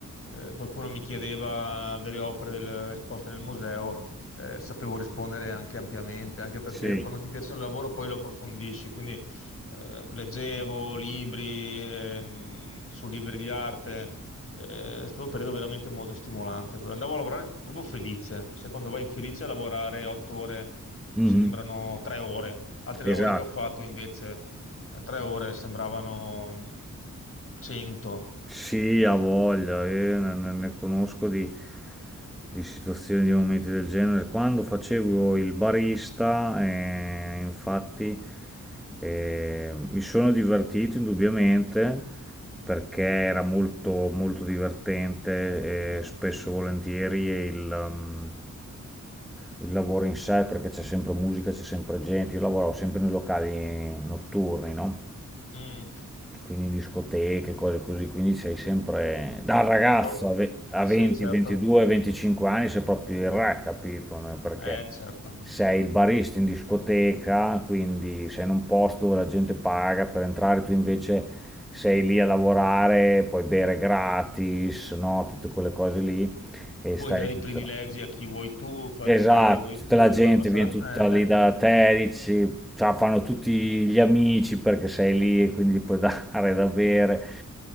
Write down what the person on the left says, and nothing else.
eh, qualcuno mi chiedeva delle opere del- esposte nel museo, eh, sapevo rispondere anche ampiamente, anche perché
quando ti piace un lavoro poi lo approfondisci, quindi eh, leggevo libri ehm, su libri di arte, eh, è stato un periodo veramente molto stimolante. quello. Andavo a lavorare proprio felice, se quando vai felice a lavorare otto ore
sembrano tre ore, altri lavori
che ho fatto invece eh, tre ore sembravano mm, cento.
Mm.
Tro-
Sì,
certo,
eh, certo.
Puoi
dare
i privilegi a chi vuoi tu, far
entrare chi vuoi
tu,
far passare...
<laughs>